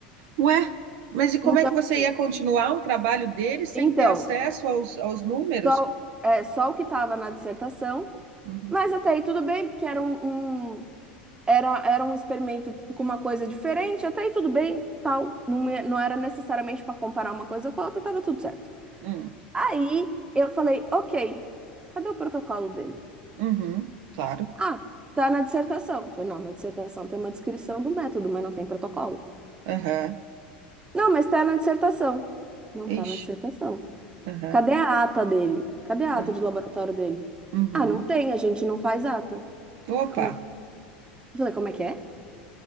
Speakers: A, on the right; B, on the right.
A: Ué, mas e como
B: Então,
A: é que você
B: assim,
A: ia continuar o trabalho dele sem
B: então,
A: ter acesso aos, aos números?
B: só,
A: Como- é?
B: é, só o que estava na dissertação,
A: Uhum,
B: mas até aí tudo bem, porque era um, um- era, era um experimento com uma coisa diferente, até aí tudo bem, tal, não, é- não era necessariamente para comparar uma coisa com a outra, estava tudo certo.
A: hum,
B: Aí eu falei, ok, cadê o protocolo dele?
A: uhum, claro.
B: Ah, tá na dissertação. Eu Falei, não, na dissertação tem uma descrição do método, mas não tem protocolo.
A: Aham,
B: Não, mas tá na dissertação. Não tá
A: Ixi,
B: na dissertação.
A: aham,
B: Cadê a ata dele? Cadê a ata
A: aham,
B: de laboratório dele?
A: uhum.
B: Ah, não tem, a gente não faz ata.
A: Opa.
B: Como é... Eu falei, como é que é?